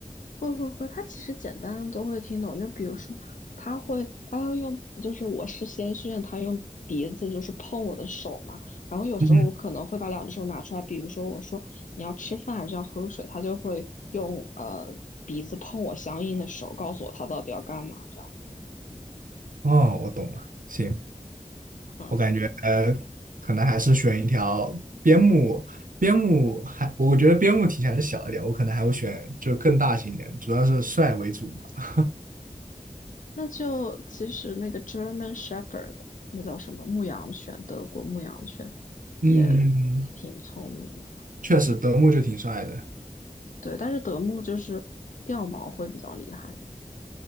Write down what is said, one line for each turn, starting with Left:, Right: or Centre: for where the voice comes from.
Left: 会会会，他其实简单的都会听懂。就比如说，他会，他要用，就是我是先训，他用鼻子就是碰我的手嘛。然后有时候我可能会把两只手拿出来，
Right: 嗯，
Left: 比如说我说你要吃饭还是要喝水，他就会用呃鼻子碰我相应的手，告诉我他到底要干嘛这样。
Right: 哦，我懂了，行。
Left: 嗯，
Right: 我感觉呃，可能还是选一条边牧，边牧还我觉得边牧体型还是小一点，我可能还会选就更大型一点，主要是帅为主嘛。
Left: 那就其实那个 German Shepherd，那叫什么牧羊犬，德国牧羊犬也
Right: 嗯，
Left: 挺聪明的。
Right: 确实德牧就挺帅的，
Left: 对，但是德牧就是掉毛会比较厉害。